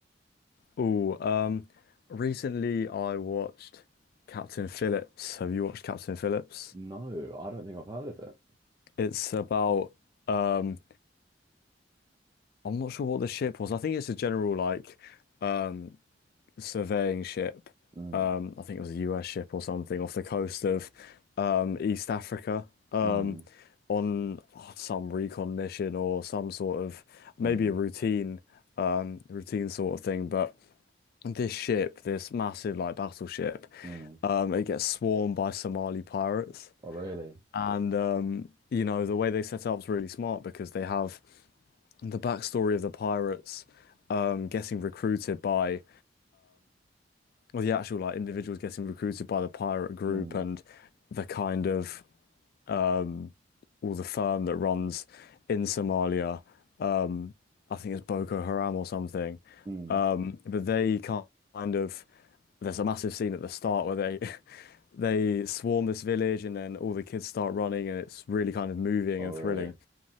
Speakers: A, on the left; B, on the right.
A: Oh, um, recently I watched Captain Phillips. Have you watched Captain Phillips?
B: No, I don't think I've heard of it.
A: It's about um I'm not sure what the ship was. I think it's a general like um surveying ship.
B: Mm,
A: Um I think it was a US ship or something off the coast of um East Africa. Um
B: mm,
A: on oh, some recon mission or some sort of maybe
B: mm,
A: a routine um routine sort of thing. But this ship, this massive like battleship,
B: mm.
A: um it gets swarmed by Somali pirates.
B: Oh, really?
A: And um, you know, the way they set it up is really smart because they have the backstory of the pirates um getting recruited by or the actual like individuals getting recruited by the pirate group
B: Mm,
A: and the kind of um or the firm that runs in Somalia um I think it's Boko Haram or something
B: mm.
A: um but they kind of there's a massive scene at the start where they <laughs> they swarm this village and then all the kids start running and it's really kind of moving
B: Oh,
A: and
B: really?
A: thrilling